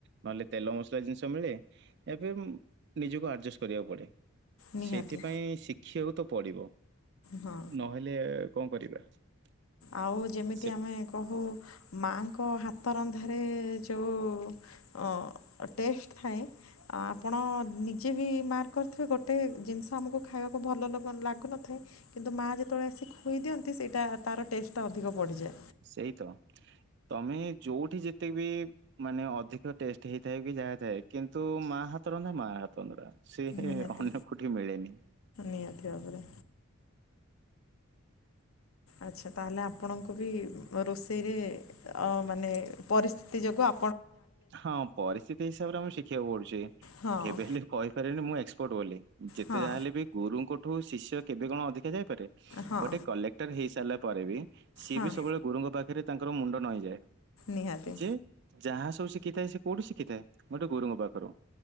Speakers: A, on the right (about 50°); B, on the left (about 80°).
A: ନହେଲେ ତେଲ ମସଲା ଜିନିଷ ମିଳେ। ଏବେ ନିଜକୁ ଆଡଜଷ୍ଟ କରିବାକୁ ପଡେ।
B: ନିହାତି
A: ସେଇଥିପାଇଁ ଶିଖିବାକୁ ତ ପଡ଼ିବ।
B: ହଁ।
A: ନହେଲେ କଣ କରିବା? <inaudible>
B: ଆଉ ଯେମିତି
A: ସେ
B: ଆମେ କହୁ ମାଙ୍କ ହାତ ତ ରନ୍ଧାରେ ଯଉଁ ଅ ଟେଷ୍ଟ ଥାଏ, ଆପଣ ନିଜେ ବି ମାର୍କ କରିଥିବେ ଗୋଟେ ଜିନିଷ ଆମକୁ ଖାଇବାକୁ ଭଲ ଲଗ ଲାଗୁନଥାଏ କିନ୍ତୁ ମା ଯେତେବେଳେ ଆସି ଖୁଏଇ ଦିଅନ୍ତି ସେଇଟା ତାର ଟେଷ୍ଟଟା ଅଧିକ ବଢିଯାଏ।
A: ସେଇ ତ। ତମେ ଯଉଠି ଯେତେବି ମାନେ ଅଧିକ ଟେଷ୍ଟ ହେଇଥାଏ ବି ଯାହାଥାଏ କିନ୍ତୁ ମା ହାତ ରନ୍ଧା ମା ହାତ ରନ୍ଧା। ସେ
B: ନିହାତି
A: ଅନ୍ୟ କୋଉଠି ମିଳେନି।
B: ନିହାତି ଭାବରେ। ଆଛା। ତାହେଲେ ଆପଣଙ୍କୁ ବି ରୋଷେଇରେ ଅ ମାନେ ପରିସ୍ଥିତି ଯୋଗୁ ଆ
A: ହଁ ପରିସ୍ଥିତି ହିସାବରେ ଆମକୁ ଶିଖିବାକୁ ପଡୁଛି।
B: ହଁ
A: କେବେ ହେଲେ କହିପାରିବନି ମୁଁ ଏକ୍ସ୍ ପଟ୍ ବୋଲି। ଯେତେ
B: ହଁ
A: ଯାହା ହେଲେ ବି ଗୁରୁଙ୍କ ଠୁ ଶିଷ୍ୟ କେବେ କଣ ଅଧିକ ହେଇଯାଇ ପାରେ?
B: ହଁ
A: ଗୋଟେ କଲେକ୍ଟର ହେଇସାରିଲା ପରେ ବି ସିଏ
B: ହଁ
A: ବି ସବୁବେଳେ ଗୁରୁଙ୍କ ପାଖରେ ତାଙ୍କର ମୁଣ୍ଡ ନଇଁଯାଏ।
B: ନିହାତି।
A: ଯେ ଯାହା ସବୁ ଶି ଖିଥାଏ ସେ କୋଉଠୁ ଶିଖିଥାଏ ଗୋଟେ ଗରୁଙ୍କ ପାଖରୁ।